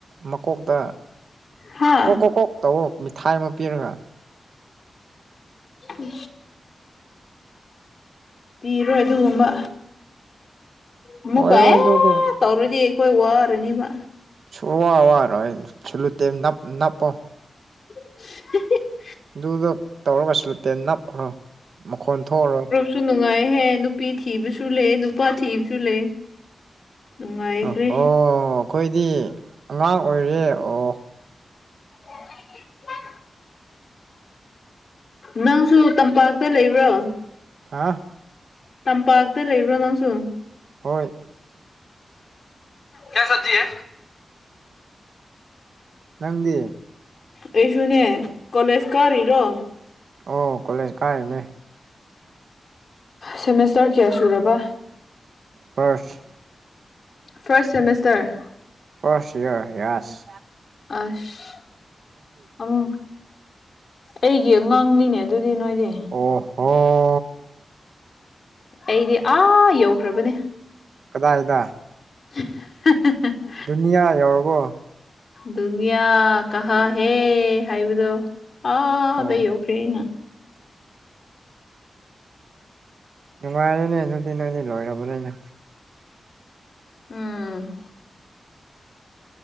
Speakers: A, on the right; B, on the left.
A: ꯃꯀꯣꯛꯇ
B: ꯍꯥ
A: ꯀꯣꯛ ꯀꯣꯛ ꯀꯣꯛ ꯇ ꯃꯤꯊꯥꯏ ꯑꯃ ꯄꯤꯔꯒ
B: ꯎ ꯄꯤꯔꯣꯏ ꯑꯗꯨꯒꯨꯝꯕ ꯑꯃꯨꯛꯀ
A: ꯑꯣꯏꯔꯣꯏ
B: ꯍ
A: ꯑꯗꯨꯗꯤ
B: ꯇꯧꯔꯗꯤ ꯑꯩꯈꯣꯏ ꯋꯥꯔꯅꯤꯕ
A: ꯁ ꯋꯥ ꯋꯥꯔꯣꯏ ꯁꯜꯂꯨꯇꯦꯝ ꯅꯞ ꯅꯞꯄꯣ
B: inaudible
A: ꯑꯗꯨꯗꯣ ꯇꯧꯔꯒꯁꯨ ꯂꯩꯠꯇꯦ ꯅꯞꯈ꯭ꯔꯣ ꯃꯈꯣꯟ ꯊꯣꯛꯑꯔꯣꯏ
B: ꯁꯨ ꯅꯨꯡꯉꯥꯏꯍꯦ ꯅꯨꯄꯤ ꯊꯤꯕꯁꯨ ꯂꯩ ꯅꯨꯄꯥ ꯊꯤꯕꯁꯨ ꯂꯩ ꯅꯨꯡꯉꯥꯏꯈ꯭ꯔꯦ
A: ꯑꯣ ꯍꯣ ꯑꯩꯈꯣꯏꯗꯤ ꯑꯉꯥꯡ ꯑꯣꯏꯔꯤꯌꯦ ꯑꯣ
B: <unintelligible> ꯅꯪꯁꯨ ꯇꯝꯄꯥꯛꯇ ꯂꯩꯕ꯭ꯔꯣ
A: ꯍꯥꯥ
B: ꯇꯝꯄꯥꯛꯇ ꯂꯩꯕ꯭ꯔꯣ ꯅꯪꯁꯨꯨꯝ
A: ꯍꯣꯏ
B: ꯀꯌꯥ ꯁꯖꯤꯤꯦ
A: ꯅꯪꯗꯤ
B: ꯑꯩꯁꯨꯅꯦ ꯀꯣꯂꯦꯖ ꯀꯥꯔꯤꯔꯣ
A: ꯑꯣ ꯀꯣꯂꯦꯖ ꯀꯥꯔꯤꯅꯦ
B: ꯁꯦꯃꯦꯁꯇꯔ ꯀꯌꯥ ꯁꯨꯔꯕ
A: first
B: first semester
A: first year yes
B: ꯑꯁ ꯑꯪ ꯑꯩꯒꯤ ꯑꯉꯥꯡꯅꯤꯅꯦ ꯑꯗꯨꯗꯤ ꯅꯣꯏꯗꯤ
A: ꯑꯣꯍꯣ
B: ꯑꯩꯗꯤ ꯑꯥ ꯌꯧꯈ꯭ꯔꯕꯅꯦ
A: ꯀꯗꯥꯏꯗ
B: <unintelligible>
A: ꯗꯨꯅꯤꯌꯥ ꯌꯧꯔꯕꯣ
B: ꯗꯨꯅꯤꯌꯥ ꯀꯍꯥ ꯍꯦ ꯍꯥꯏꯕꯗꯣ ꯑꯥꯗ
A: ꯑꯣ
B: ꯌꯧ ꯀ꯭ꯔꯦꯅ
A: ꯅꯨꯡꯉꯥꯏꯔꯦꯅꯦ ꯑꯗꯨꯗꯤ ꯅꯣꯏꯗꯤ ꯂꯣꯏꯔꯕꯅꯤꯅ
B: ꯎꯝ